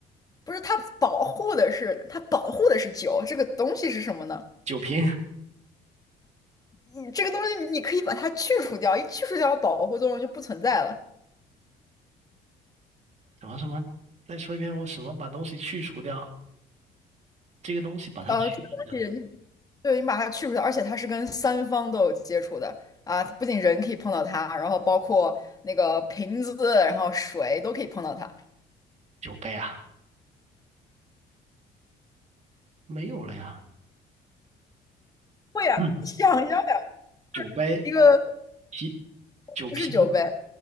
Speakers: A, on the left; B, on the right.
A: 不是它保护的是它保护的是酒，这个东西是什么呢？
B: 酒瓶
A: 你这个东西你可以把它去除掉，一去除掉保护作用就不存在了。
B: 什么什么，再说一遍，我什么把东西去除掉？这个东西把它去除掉它，
A: 呃，这个东西你对，你把它去除掉，而且它是跟三方都有接触的啊，不仅人可以碰到它，然后包括那个瓶子，然后水都可以碰到它。
B: 酒杯啊，没有了呀。
A: 会呀，
B: 嗯，
A: 你想一下呀，
B: 酒杯
A: 一个
B: 啤酒瓶，
A: 不是酒杯，